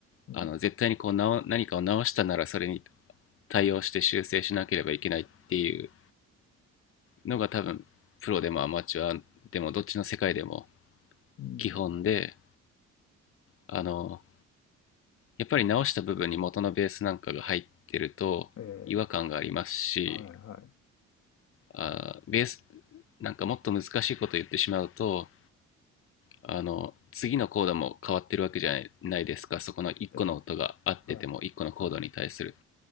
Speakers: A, on the left; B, on the left.
A: えうん、
B: あの絶対にこうなお何かを直したならそれに対応して修正しなければいけないっていうのが多分プロでもアマチュアでもどっちの世界でも
A: うん、
B: 基本であのやっぱり直した部分に元のベースなんかが入ってると違和感がありますし
A: ええはいはい、
B: あーベースなんかもっと難しいこと言ってしまうとあの次のコードも変わってるわけじゃないですかそこの1個の音が合ってても1個のコードに対する
A: ええはい、は